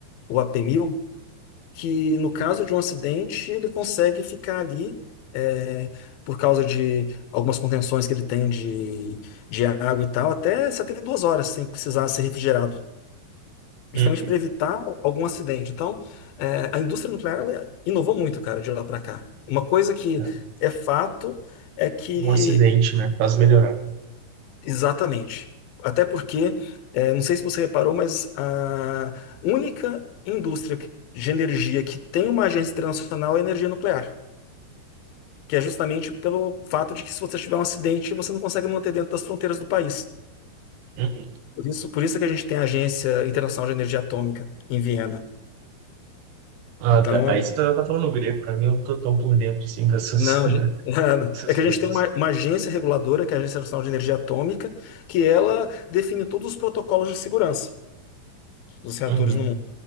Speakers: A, on the left (about 70°); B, on the right (about 75°).
A: o ap mil que no caso de um acidente ele consegue ficar ali eh, por causa de algumas contenções que ele tem de, de água e tal, até 72 horas sem precisar ser refrigerado.
B: Uhum.
A: Justamente para evitar algum acidente. Então, eh, a indústria nuclear ela inovou muito, cara, de lá para cá. Uma coisa que
B: É.
A: é fato é que
B: Um acidente, né? Faz melhorar.
A: Exatamente. Até porque, eh, não sei se você reparou, mas a única indústria que- de energia que tem uma agência internacional é a energia nuclear, que é justamente pelo fato de que se você tiver um acidente, você não consegue manter dentro das fronteiras do país.
B: Uhum.
A: Por isso, por isso que a gente tem a Agência Internacional de Energia Atômica em Viena.
B: Ah,
A: Então,
B: tá. Aí você já tá falando grego, pra mim eu não tô tão por dentro assim dessas,
A: não,
B: <laughs>
A: a gen- <laughs>
B: dessas
A: é que a
B: coisas.
A: gente tem uma, uma agência reguladora, que é a Agência Nacional de Energia Atômica, que ela define todos os protocolos de segurança. dos reatores
B: Uhum,
A: no mundo.